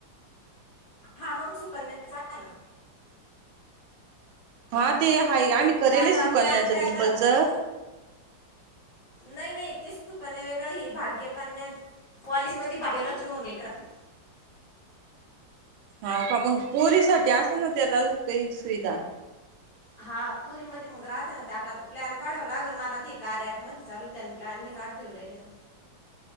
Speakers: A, on the left; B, on the right.
A: हा मग सुकन्याचा आहे ना
B: हा ते हाय आम्ही करेल
A: ते आता
B: सुकन्याचं
A: प्लॅन तयार
B: डिम्पलचं
A: करा नाही नाही तेच सुकन्या वेगळं ही भाग्यकन्या पॉलिसीमध्ये भाग्यलक्ष्मी म्हणून ए कराती
B: हा का मग पोरीसाठी असं ना ते काही सुविधा
A: हा पोरीमध्ये मग राहते ना ते आपला तर प्लॅन काढाव लागल मला ते कार्य ॲपमध्ये चालूते आणि प्लॅन नाही काढतीव राहिले ना